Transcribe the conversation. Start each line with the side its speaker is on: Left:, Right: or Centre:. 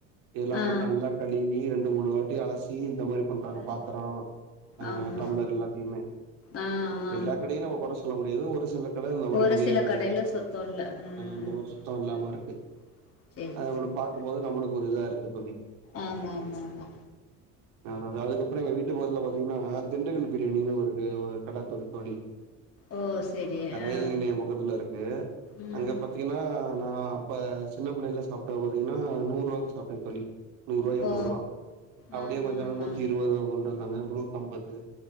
Right: இதெலா
Left: ஆ ம் ஆ
Right: போட்டு நல்லா கழுவி ரெண் டு மூணு வாட்டி அலசி இந்த மாரி பண்றாங்க
Left: ம்
Right: பாத்தர அ
Left: ஆமா
Right: டம்ளர் எல்லாத்தைமே
Left: ஆ ஆ
Right: எல்லா கடையு நம்ம கொற சொ சொல்ல முடியாது ஒரு சில கடைல இந்த மாரி
Left: ஒரு
Right: பண்ணிறாங்க
Left: சில கடையில சுத்தோ இல்ல ம்
Right: இந்த மாரி சுத்த
Left: அதா
Right: இல்லாம
Left: அதா
Right: இருக்கு
Left: செரி
Right: அத நம்மளுக்
Left: செரி
Right: பாக்கும்
Left: கரெக்ட்டு
Right: போது நம்மளுக்கு ஒரு இதா இருக்கு தோழி
Left: ஆமா ஆமா ஆமா
Right: அ அதா அதுக்கப்பறோ எங்க வீட்டு பக்கத்துல பாத்தீங்கன்னா திண்டுக்கல் பிரியாணின்னு ஒரு ஆ ஒருக் கட இருக்கு தோழி
Left: ஓ செரி
Right: ரயில்
Left: ஆ
Right: நிலைய பக்கத்துல இருக்கு
Left: ம்
Right: அங்க பத் பாத்தீங்கன்னா நா அப்ப சின்ன புள்ளைல சாப்ட்டே பாத்தீங்கன்னா நூறு ரூபாவுக்கு சாப்ட்டே தோழி நூறு ரூபாய் எண்பது
Left: ஓ
Right: ரூபா அப்டியே
Left: ஆ
Right: கொஞ்ச
Left: ஆ
Right: நாள் நூத்தி
Left: ஆ
Right: இருபது கொண்டு வந்தாங்க இப்ப நூத்தி அம்பது